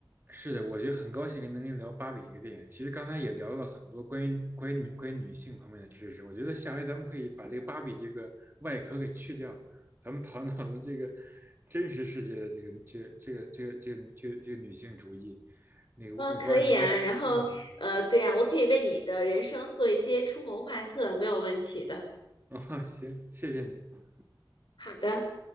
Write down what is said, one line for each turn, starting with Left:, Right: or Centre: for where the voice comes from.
Right: 是的，我觉得很高兴跟能跟你聊《芭比》这个电影。其实刚才也聊了很多关于关于女关于女性方面的知识。我觉得下回咱们可以把这个芭比这个外壳给去掉，咱们讨论讨论这个真实世界的这个这个这个这个这个女这个这个女性主义。那个我我不知道您会，
Left: 嗯，可以啊。然后，
Right: 嗯
Left: 呃，对呀，我可以为你的人生做一些出谋划策，没有问题的。
Right: <laughs>，哦，行，谢谢您。
Left: 好的。